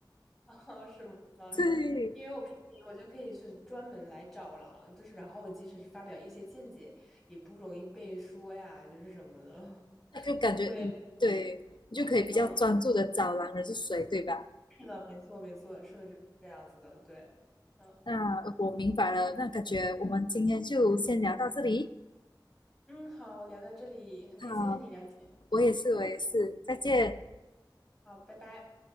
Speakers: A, in the centre; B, on the left.
A: 哦，是吗？哦是吧？
B: 对，
A: 因为我平民，我就可以是专门来找狼，就是然后我即使是发表一些见解，也不容易被说呀，就是什么的，<laughs>
B: 那就感觉嗯，
A: 就不会，
B: 对你就可以比较专注的找狼人是谁，
A: 嗯，
B: 对吧？
A: 是的，没错，没错，是的，是这样子的，对，嗯
B: 那我明白了，那感觉我们今天就先聊到这里。
A: 嗯，好，聊到这里，很开心和你聊天，
B: 好，我也是，我也是，再见。
A: 好，拜拜。